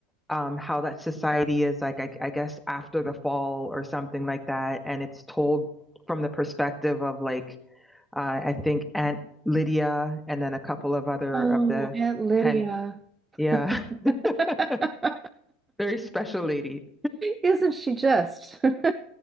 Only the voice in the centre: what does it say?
um how that society is like I, I guess after the fall or something like that and it's told from the perspective of like uh I think Aunt Lydia and then a couple of other
of the
hen yeah. <laughs>
Very special lady.